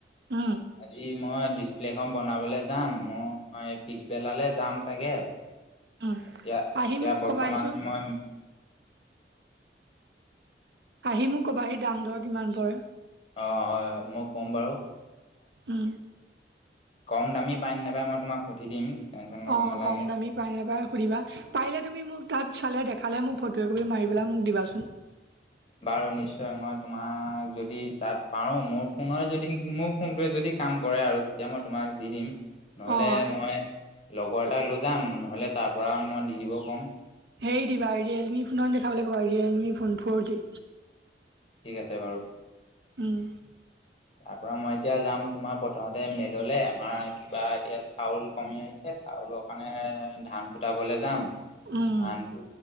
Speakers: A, on the right; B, on the left.
A: উম
B: আজি মই ডিচপ্লেখন বনাবলে যাম। মই পিছবেলালে যাম চাগে। এতিয়া
A: উম
B: এতিয়া
A: আহি মোক
B: বৰ্তমান
A: কবাহিচোন
B: মই
A: আহি মোক কবাহি দাম দৰ কিমান পৰে।
B: অ হয় হয়, মই ক'ম বাৰু।
A: উম
B: কম দামী পাইনে নাপায় মই তোমাক সুধি দিম। টেনশ্যন ল'ব
A: অ
B: নালাগে
A: কম দামী বাহিৰৰ পৰা সুধিবা পাৰিলে তুমি মোক তাত চালে দেখালে মোক ফটো একপি মাৰি পেলাই মোক দিবাচোন।
B: বাৰু নিশ্চয় মই তোমাক যদি তাত পাৰো মোৰ ফোনই যদি মোৰ ফোনটোয়ে যদি কাম কৰে আৰু তেতিয়া মই তোমাক দি দিম। নহ'লে
A: অ
B: মই লগৰ এটাক লৈ যাম নহ'লে তাৰ পৰা মই দি দিব কম।
A: হেই দিবা ৰিয়েলমি ফোনত দেখাব লাগিব ৰিয়েলমি ফোন ফ'ৰ জি।
B: ঠিক আছে বাৰু।
A: উম।
B: তাৰপৰা মই এতিয়া যাম তোমাৰ প্ৰথমতে মেললে আমাৰ কিবা এতিয়া চাউল কমি আহিছে। আৰু ল কাণে ধান কুটাবলে যাম।
A: উম।
B: ধানটো